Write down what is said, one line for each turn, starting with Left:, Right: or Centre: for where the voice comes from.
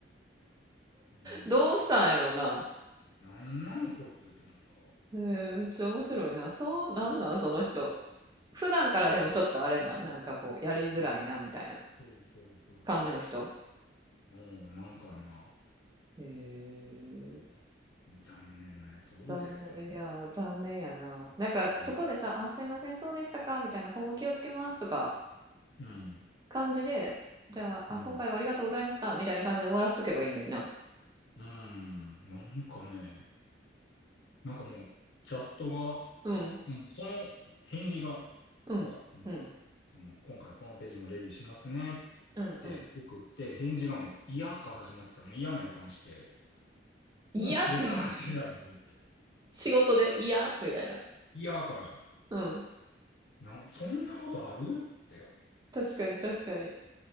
Left: うん
Right: どうしたんやろうな。
Left: なんなんこいつって思った
Right: えーめっちゃ面白いな。
Left: うん
Right: そう、なんなん、
Left: そう。い
Right: その人。普段からでもちょっとあれな、
Left: や、うんい
Right: なんかこう、やりづらいな、
Left: や、そう。
Right: みたいな
Left: そうそうそうそ
Right: 感じの人
Left: う。もう、なんかな、
Right: へえ、
Left: 残念なやつおるで、
Right: 残念、
Left: と思う。
Right: いや、残念やな。なんか、
Left: うん。
Right: そこでさ、あ、すいません、そうでしたか、みたいな、今後気をつけます、とか、
Left: うん。
Right: 感じで、じゃあ、
Left: うん。
Right: あ、今回はありがとうございました、みたいな感じで終わらしとけばいいのにな。
Left: うん。なんかね、なんかもう、チャットが、も
Right: うん、
Left: うその返事がさ、
Right: うん、
Left: なんか、
Right: うん、
Left: その、今回このページもレビューしますねって送って、
Right: うん、うん。
Left: 返事がもう嫌から始まってた。もう嫌な予感して、もう否定から入ってるやんと思って。
Right: やっていう。仕事でいやみたいな。
Left: 嫌から、
Right: うん。
Left: なん、そんなことあるってよ。
Right: 確かに、確かに。へ